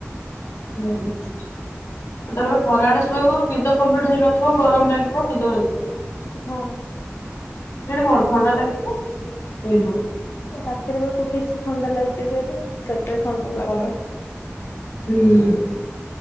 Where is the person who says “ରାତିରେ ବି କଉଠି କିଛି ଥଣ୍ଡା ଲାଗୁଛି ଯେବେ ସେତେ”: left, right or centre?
Left